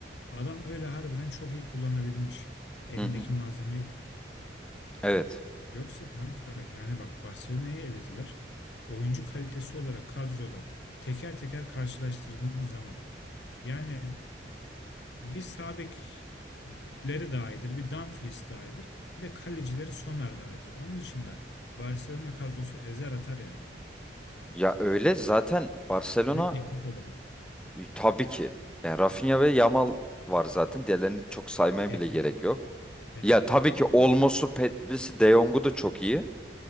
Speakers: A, on the left; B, in the centre.
A: Adam öyle harbiden çok iyi kullanabilmiş. Elindeki
B: Hı hı.
A: malzemeyi.
B: Evet.
A: Yoksa kanka yani bak Barcelona'yı elediler. Oyuncu kalitesi olarak kadroda teker teker karşılaştırdığımız zaman yani bir sağ bekleri daha iyidir, bir Dumfries daha iyidir, bir de kalecileri Sommer daha iyidir. Onun dışında Barcelona kadrosu ezer atar yani.
B: Ya öyle zaten Barcelona
A: Hele teknik olarak
B: E, Tabii ki. Yani Rafinha ve Yamal var zaten. Diğerlerini çok saymaya
A: Pedri,
B: bile gerek yok.
A: Pedri
B: Ya tabii
A: kanka.
B: ki Olmos'u, Petris'i, De Jong'u da çok iyi.